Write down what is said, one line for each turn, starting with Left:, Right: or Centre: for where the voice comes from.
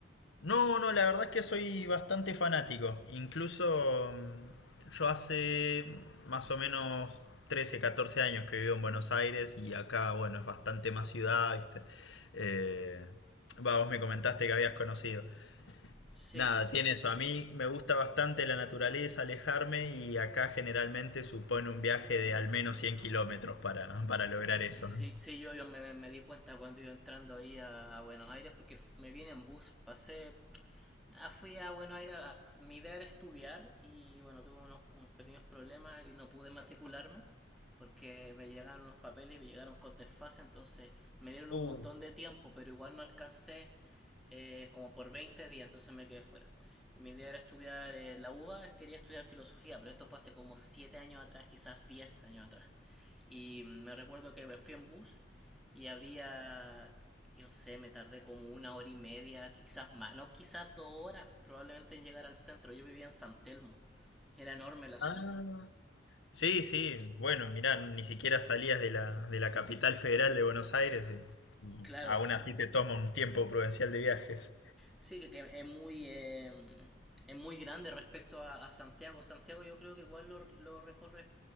Left: No, no, la verdad es que soy bastante fanático. Incluso mm, yo hace más o menos 13, 14 años que vivo en Buenos Aires y acá, bueno, es bastante más ciudad, ¿viste? Eh, va, vos me comentaste que habías conocido.
Centre: Sí.
Left: Nada, tiene eso.
Centre: sí.
Left: A mí me gusta bastante la naturaleza, alejarme y acá generalmente supone un viaje de al menos 100 kilómetros para, para lograr
Centre: Sí,
Left: eso.
Centre: sí, yo, yo me, me di cuenta cuando iba entrando ahí a, a Buenos Aires porque me vine en bus, pasé Ah, Fui a Buenos Aires, a- mi idea era estudiar y bueno, tuve unos, unos pequeños problemas y no pude matricularme porque me llegaron unos papeles y me llegaron con desfase, entonces me dieron un
Left: Uh,
Centre: montón de tiempo, pero igual no alcancé eh, como por 20 días, entonces me quedé fuera. Y mi idea era estudiar eh, la UBA, quería estudiar filosofía, pero esto fue hace como 7 años atrás, quizás 10 años atrás. Y mm, me recuerdo que me fui en bus y había, no sé, me tardé como una hora y media, quizás más, no, quizás dos horas probablemente en llegar al centro. Yo vivía en San Telmo, era enorme la ciudad.
Left: ah. Sí, sí, bueno, mirá, ni siquiera salías de la, de la capital federal de Buenos Aires y
Centre: Claro,
Left: aún así te toma un tiempo prudencial de viajes.
Centre: sí, que, que es muy... eh, es muy grande respecto a, a Santiago. Santiago yo creo que igual lo, lo recorre